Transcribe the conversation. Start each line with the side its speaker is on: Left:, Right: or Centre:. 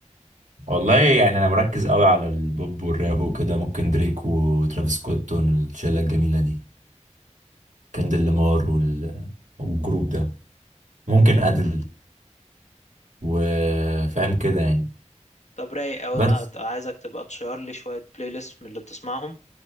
Right: والله يعني انا مركز قوي على البوب والراب وكده ممكن دريك وترافيس سكوت والشله الجميله دي كندل لامار وال- والجروب ده ممكن أدل وفاهم كده يعني
Left: طب رايق اوي
Right: بس
Left: ده هت- عايزك تبقى تشير لي شوية بلاي ليست من اللي بتسمعهم